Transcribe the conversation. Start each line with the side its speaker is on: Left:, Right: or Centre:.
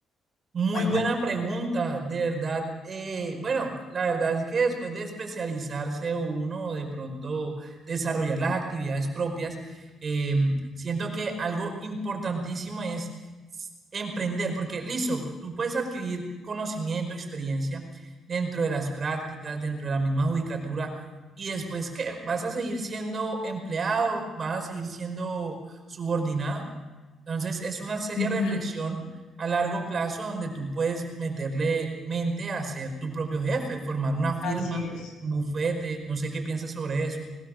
Right: Muy
Left: Cuéntame.
Right: buena pregunta, de verdad. eh, bueno, la verdad es que después de especializarse uno o de pronto desarrollar las actividades propias, eh, siento que algo importantísimo es s- emprender, porque listo, tú puedes adquirir conocimiento, experiencia dentro de las prácticas, dentro de la misma judicatura, y después ¿qué? vas a seguir siendo empleado, vas a seguir siendo subordinado. Entonces, es una seria
Left: Ujú.
Right: reflexión a largo plazo donde tú puedes meterle mente a ser tu propio jefe, formar una firma,
Left: Así es.
Right: un bufete, no sé qué piensas sobre eso.